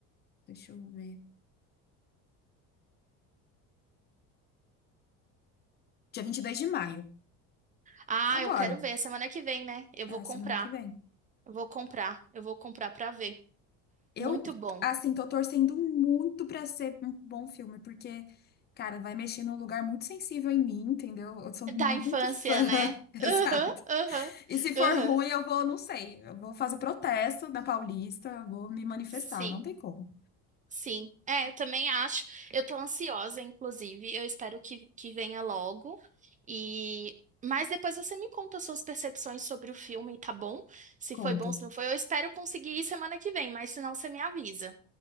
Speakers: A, on the left; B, on the right.
A: Deixa eu ver. Dia 22 de maio.
B: Ah,
A: Agora,
B: eu quero ver, semana que vem, né? Eu
A: é,
B: vou comprar.
A: semana que vem.
B: Eu vou comprar. Eu vou comprar pra ver.
A: Eu,
B: Muito bom.
A: assim, tô torcendo muito pra ser um bom filme, porque, cara, vai mexer num lugar muito sensível em mim, entendeu? Eu sou
B: Da
A: muito
B: infância,
A: fã,
B: né?
A: <laughs> exato.
B: Aham, aham,
A: E se for
B: aham.
A: ruim, eu vou, não sei, eu vou fazer protesto na Paulista, vou me manifestar,
B: Sim.
A: não tem como.
B: Sim, é, eu também acho. Eu tô ansiosa, inclusive. Eu espero que, que venha logo. E mas depois você me conta suas percepções sobre o filme, tá bom? Se
A: Conto.
B: foi bom, se não foi. Eu espero conseguir ir semana que vem, mas se não, você me avisa.